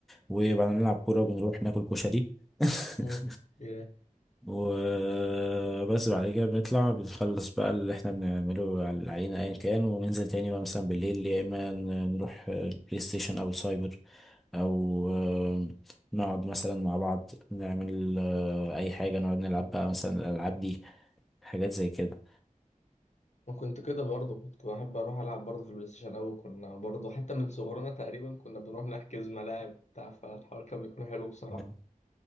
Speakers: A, in the centre; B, on the left (about 55°).
A: وبعد ما نلعب كورة بنروح ناكل كشري <laughs>
B: مم. yeah.
A: وبس بعد كده بنطلع بنخلص بقى اللي احنا بنعمله على العينة ايا كان وننزل تاني بقى مثلا بالليل يا اما ن- نروح البلاي ستيشن او السايبر او آه، نقعد مثلا مع بعض نعمل آه، اي حاجة نقعد نلعب بقى مثلا الالعاب دي حاجات زي كده
B: ما كنت كده برضه كنت بحب اروح العب برضه في البلاي ستيشن او كنا برضه حتى من صغرنا تقريبا كنا بنروح نحجز ملاعب بتاع فالحوار كان بيكون حلو بصراحه
A: مم.